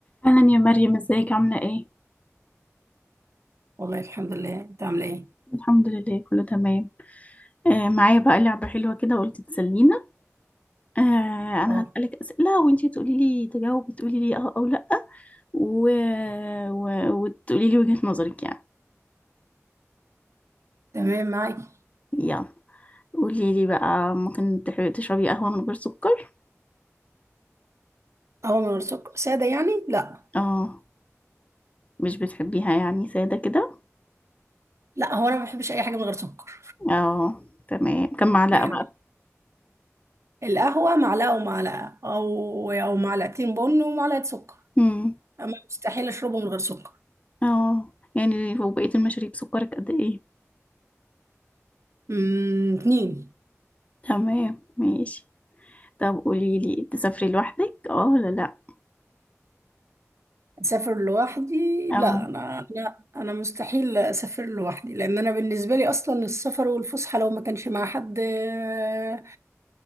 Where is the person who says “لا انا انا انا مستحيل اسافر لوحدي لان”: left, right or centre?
Right